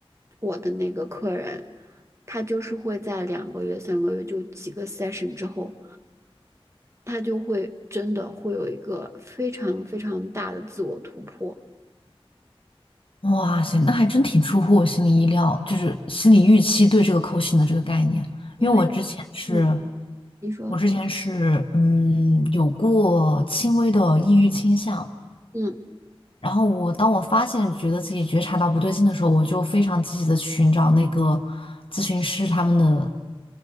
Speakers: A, on the right (about 30°); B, on the left (about 60°).
A: 我的那个客人，他就是会在两个月、三个月就几个 session 之后，他就会真的会有一个非常非常大的自我突破。
B: 哇塞，那还真挺出乎我心里意料，就是心理预期对这个扣 o 的这个概念，
A: 因为，
B: 因为我之前是，
A: 嗯，你说，
B: 我之前是，嗯，有过轻微的抑郁倾向，
A: 嗯
B: 然后我当我发现觉得自己觉察到不对劲的时候，我就非常积极的寻找那个咨询师他们的